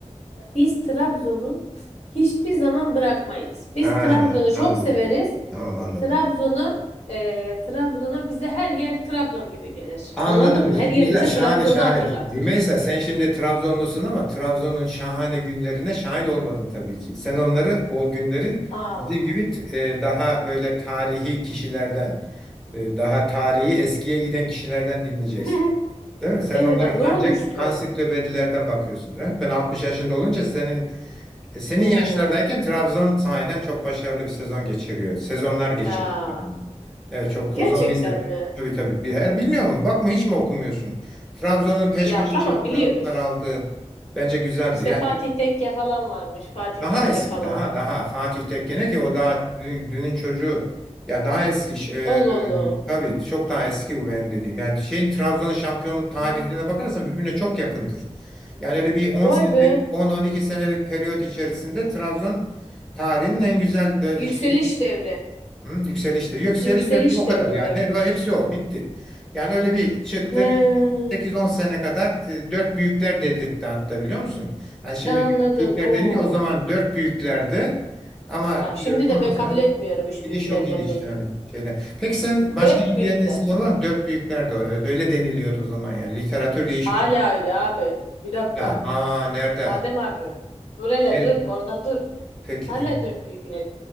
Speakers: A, on the left; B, in the centre.
A: biz Trabzon'u hiçbir zaman bırakmayız. Biz
B: Ha,
A: Trabzon'u çok
B: anladım.
A: severiz.
B: Tamam anladım.
A: Trabzon'u e, Trabzon'a bize her yer Trabzon gibi gelir.
B: Anladım.
A: Anladın mı? Her
B: Güzel,
A: yer bize
B: şahane,
A: Trabzon'u
B: şahane.
A: hatırlatır.
B: Rümeysa sen şimdi Trabzonlusun ama Trabzon'un şahane günlerine şahit olmadın tabii ki. Sen onları, o günleri
A: Aa.
B: bizim gibi e, daha böyle tarihi kişilerden, e, daha tarihi eskiye giden kişilerden dinleyeceksin.
A: <laughs>
B: Değil mi? Sen
A: Evet
B: onları
A: am ne
B: ancak
A: olmuştu?
B: ansiklopedilerden bakıyorsundur. ha? Ben 60 yaşında olunca senin e, senin
A: Oo.
B: yaşlardayken Trabzon sahiden çok başarılı bir sezon geçiriyor. Sezonlar geçiriyor
A: Aa.
B: yani. Evet çok.
A: Gerçekten
B: O zaman biz de.
A: mi?
B: Tabii tabii. Bir- he, Bilmiyor musun? Bakma hiç mi okumuyorsun? Trabzon'un peş
A: Ya
B: peşe
A: tamam
B: şampiyonluklar
A: biliyoruz.
B: aldığı bence güzeldi.
A: İşte
B: Yani
A: Fatih Tekke falan varmış. Fatih
B: daha
A: Tekke
B: eski,
A: falan.
B: daha daha Fatih Tekkene ki o daha dün- dünün çocuğu. Yani daha eski ş- e,
A: Allah Allah.
B: tabii çok daha eski bu benim dediğim. Yani şeyin Trabzon'un şampiyon tarihine
A: Hmm.
B: bakarsan birbirine çok yakındır. Yani öyle bir 10
A: Vay
B: senelik
A: be.
B: 10-12 senelik periyot içerisinde Trabzon tarihinin en güzel dö-
A: Yükseliş
B: şeyini
A: devri.
B: Hı, yükselişte. Yükseliş
A: Yükseliş
B: ve bir o kadar
A: devrine
B: yani.
A: girmiş.
B: Ö- Hepsi o. Bitti. Yani öyle bir çıktı.
A: He,
B: Bir 8-10 sene kadar e, dört büyükler dedirtti hatta biliyor musun? Yani şimdi
A: anladım.
B: büyükler
A: Oo.
B: deniliyor. O zaman dört büyüklerdi. Ama
A: Ya şimdi
B: e,
A: de
B: ondan
A: ben
B: sonra
A: kabul etmiyorum üç
B: gidiş
A: büyükler
B: o gidiş
A: denmesini.
B: yani şeyde. Peki sen başka
A: Dört
B: ilgilendiğin
A: büyükler.
B: spor var mı? Dört büyükler de o. Evet öyle deniliyordu o zaman yani. Literatür değişmiş.
A: Hala öyle abi. Bir dakika.
B: Ya ama nerede?
A: Adem abi. Dur hele
B: Gel.
A: dur. Orada dur.
B: Peki
A: Hala
B: tamam.
A: dört büyükler.